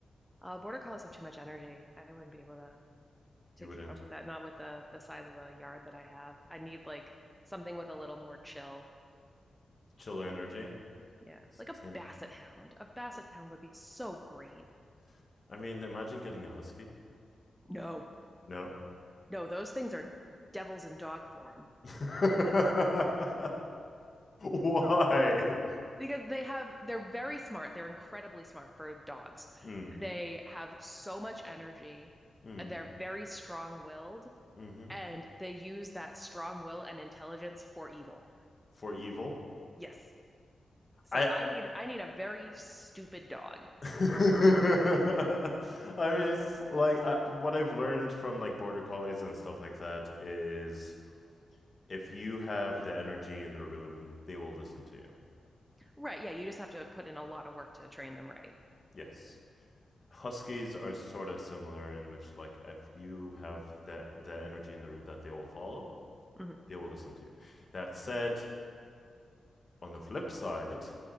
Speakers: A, in the centre; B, on the left.
A: Uh, border collies have too much energy. I wouldn't be able to to
B: You
A: keep
B: wouldn't
A: up with that. Not with the the size of the yard that I have. I need like something with a little more chill.
B: chill energy.
A: Yeah,
B: S-
A: like a
B: Same.
A: basset hound. A basset hound would be so great.
B: <laughs> I mean, imagine getting a husky.
A: No,
B: No.
A: no, those things are devils in dog form
B: <laughs> Why?
A: because they have they're very smart. They're incredibly smart for dogs.
B: Mm,
A: They have so much energy
B: mm,
A: and they're very strong-willed
B: mm-hmm.
A: and they use that strong will and intelligence for evil.
B: For evil.
A: Yes. So
B: I
A: I need I need a very stupid dog.
B: <laughs> I mean, it's like I, what I've learned from like border collies and stuff like that is If you have the energy in the room, they will listen to you.
A: Right, yeah, you just have to put in a lot of work to train them right.
B: Yes. Huskies are sort of similar in which, like, if you have the, the energy in the room that they will follow,
A: hmm
B: they will listen to you. That said, on the flip side,